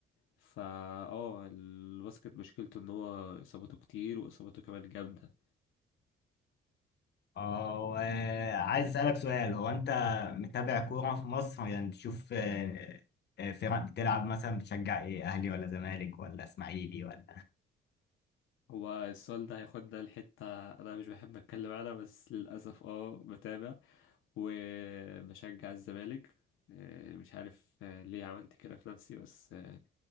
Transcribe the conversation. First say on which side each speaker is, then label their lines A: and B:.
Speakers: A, on the left (about 85°); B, on the left (about 60°).
A: فا اه الباسكت مشكلته ان هو اصاباته كتير واصاباته كمان جامدة
B: اه وعايز أسألك سؤال هو أنت متابع كورة في مصر يعني تشوف آه، آه، فرق بتلعب مثلا بتشجع إيه أهلي ولا زمالك ولا إسماعيلي ولا
A: هو السؤال ده هياخدنا لحتة انا مش بحب اتكلم عنها بس للاسف اه بتابع وبشجع الزمالك آه، مش عارف آه، ليه عملت كده في نفسي بس آه،